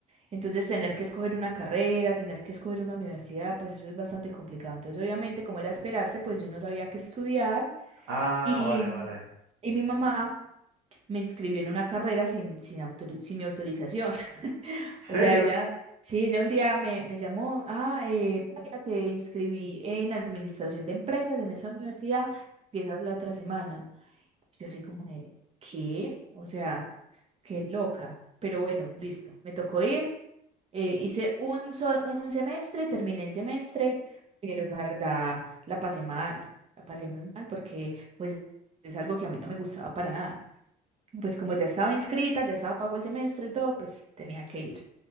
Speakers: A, on the right; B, on the right.
A: Entonces, tener que escoger una carrera, tener que escoger una universidad, pues eso es bastante complicado. Entonces, obviamente, como era esperarse, pues yo no sabía qué estudiar.
B: Ah,
A: Y,
B: vale, vale.
A: y mi mamá. me inscribió en una carrera sin, sin, autori- sin mi autorización. <laughs>
B: ¿Serio?
A: O sea, ella, sí, ella un día me, me llamó, ah, eh, María, te inscribí en administración de empresas en esa universidad, empiezas la otra semana. Yo así como de, ¿qué? O sea, qué loca. Pero bueno, listo, me tocó ir. eh, hice un, sol- un semestre, terminé el semestre, pero la verdad la pasé mal, la pasé muy mal porque pues es algo que a mí no me gustaba para nada. Y pues como ya estaba inscrita, ya estaba pago el semestre y todo, pues tenía que ir.